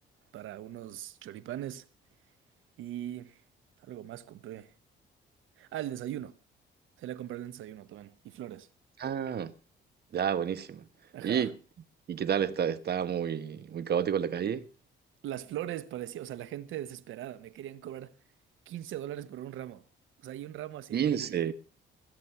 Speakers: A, on the right; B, on the right.
A: para unos choripanes y algo más compré. Ah, el desayuno. Se le compré el desayuno también. Y flores.
B: Ah, ya, buenísimo.
A: Ajá.
B: ¿Y, y qué tal? ¿Está, está muy, muy caótico en la calle?
A: Las flores parecía, o sea, la gente desesperada. Me querían cobrar 15 dólares por un ramo. O sea, hay un ramo así.
B: 15.